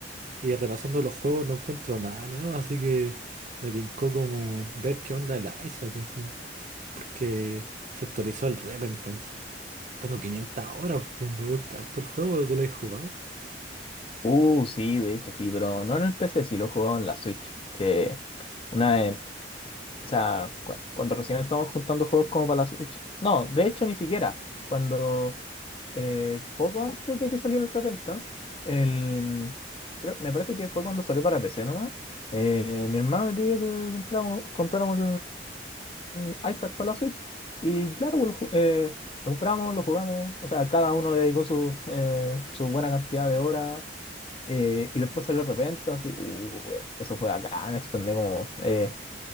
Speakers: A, on the right; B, on the left.
A: Y repasando los juegos no encuentro nada nuevo, así que me tincó como ver qué onda el Isaac, así. Porque se actualizó el Repentance. Tengo 500 horas, pues me gusta harto el juego, ¿tú lo has jugado?
B: Uh, sí, de hecho, sí, pero no en el PC, sí lo he jugado en la Switch, que una vez, o sea, cu- cuando recién estábamos juntando juegos como para la Switch. No, de hecho, ni siquiera. Cuando, eh, poco antes de que saliera el Repentance, el, creo- me parece que fue cuando salió para PC nomás, eh, mi hermano me pidió que compramos, compráramos el Isaac para la Switch, y claro, pues, lo, ju- eh, lo compramos, lo jugamos, o sea, cada uno le dedicó su, eh, su buena cantidad de horas. Eh, y después salió Repenta, así, uh, eso fue bacán, expandía como, eh,